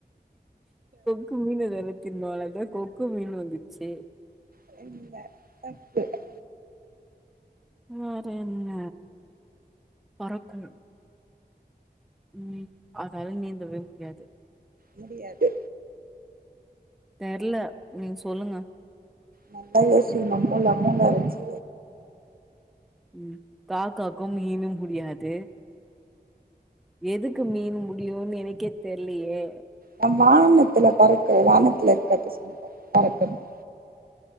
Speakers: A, in the centre; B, on the right.
A: கு மீன் அதெல்லா தின்னோல்ல அதா கொக்கு மீன் வந்துச்சு
B: <unintelligible>
A: வேறென்ன பறக்கு ம் அதால நீந்தவே முடியாது
B: முடியாது
A: தெர்ல நீங் சொல்லுங்க
B: நல்லா யோசி மூ மூள மூள வச்சி
A: ம் காக்காகு மீனு முடியாது எதுக்கு மீனு முடியும்னு எனக்கே தெர்லையே
B: நம் வானத்துல பறக்க வானத்துல இருக்கற்த சொன்ன பறக்கற்து